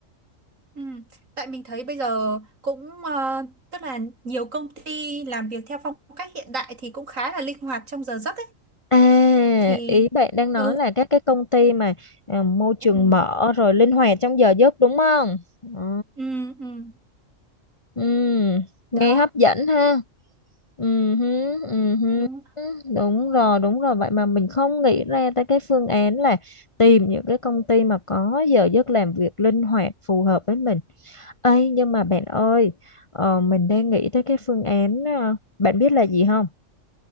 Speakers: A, on the right; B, on the left.
A: ừm. tại mình thấy bây giờ cũng ờ, tức là nhiều công ty làm việc theo phong cách hiện đại thì cũng khá là linh hoạt trong giờ giấc
B: à
A: thì
B: ý bạn đang nói
A: ừ
B: là các cái công ty mà à, môi trường
A: ừ
B: mở rồi linh hoạt trong giờ giấc đúng không ừ.
A: ừ ừ.
B: Ừ, nghe
A: đó
B: hấp dẫn ha. Ừ, hứ, ừ hứ.
A: đúng
B: Đúng rồi, đúng rồi. Vậy mà mình không nghĩ ra tới cái phương án là tìm những cái công ty mà có giờ giấc làm việc linh hoạt phù hợp với mình. ấy nhưng mà bạn ơi, ờ, mình đang nghĩ tới cái phương án, ờ, bạn biết là gì không?